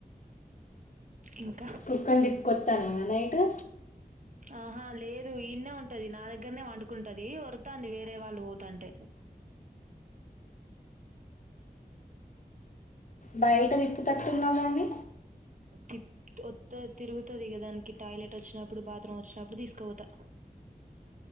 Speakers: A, on the right (about 50°); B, on the left (about 55°).
A: ఇంకా
B: కుక్కల్ని కొట్టాలి నై ఇటు
A: ఆహా లేదు ఈన్నే ఉంటది నా దగ్గరనే వండుకుంటది వరతాంది వేరే వాళ్ళు పోతంటే
B: బయట తిప్పు తట్టున్నావ్ దాన్ని
A: తిర్ వత్తే తిరుగుతుంది క దానికి టాయిలెట్ వచ్చినప్పుడు బాత్రూమ్ వచ్చినప్పుడు తీసుకుపోతా